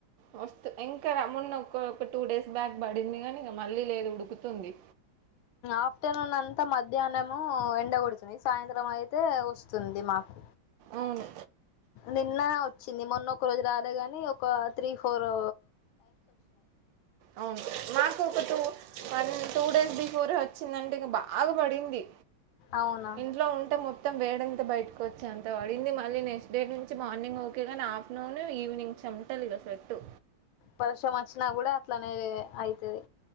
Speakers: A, on the right; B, on the left.
A: మస్తు ఇంక మొన్న ఒక ఒక టూ డేస్ బ్యాక్ బడింది గాని ఇగ మళ్ళీ లేదు ఉడుకుతుంది.
B: ఆఫ్టర్నూన్ అంతా మధ్యాహ్నము ఎండగొడుతుంది సాయంత్రం అయితే వస్త్ స్తుంది మాకు
A: అవును
B: నిన్నా వచ్చింది మొన్న ఒక రోజు రాలే గాని ఒక త్రీ ఫోరూ
A: అవును నాకు ఒక two one two days before వచ్చిందంటే ఇగ బాగా బడింది.
B: అవునా
A: ఇంట్లో ఉంటే మొత్ త్తం వేడంత బయటకు వచ్చేంత పడింది మళ్ళీ నెక్స్ట్ డే నుంచి మార్నింగ్ ఓకే గానీ ఆఫ్ నూను ఈవినింగ్ చెమ్టలిగ స్వెట్టు
B: పర్షం అచ్చినా కూడ అట్లనే ఏ అయితది